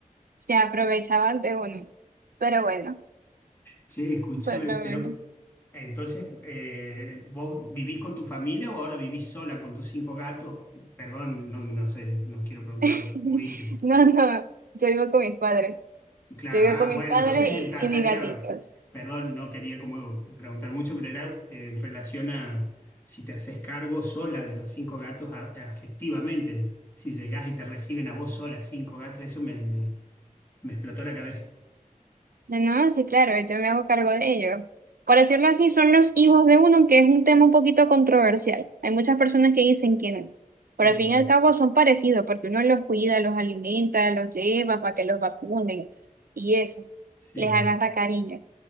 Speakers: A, on the right; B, on the left.
A: Se aprovechaban de uno. Pero bueno.
B: Che, escúchame,
A: Por lo
B: pero
A: menos.
B: entonces, eh, ¿vos vivís con tu familia o ahora vivís sola con tus cinco gatos? Perdón, no, no sé, no quiero preguntar
A: <laughs>
B: muy íntimo.
A: No, no, yo vivo con mis padres.
B: Claro,
A: Yo vivo
B: ah,
A: con mis
B: bueno,
A: padres
B: entonces
A: y,
B: el, la
A: y mis
B: tarea,
A: gatitos.
B: perdón, no quería como preguntar mucho, pero era eh, en relación a si te haces cargo sola de los cinco gatos a- afectivamente, si llegás y te reciben a vos sola cinco gatos, eso me, me, me explotó la cabeza.
A: No, no, sí, claro, yo me hago cargo de ellos. Por decirlo así, son los hijos de uno, que es un tema un poquito controversial. Hay muchas personas que dicen que no. Pero
B: Mm,
A: al fin y al cabo son parecidos, porque uno los cuida, los alimenta, los lleva para que los vacunen y eso,
B: Sí.
A: les agarra cariño.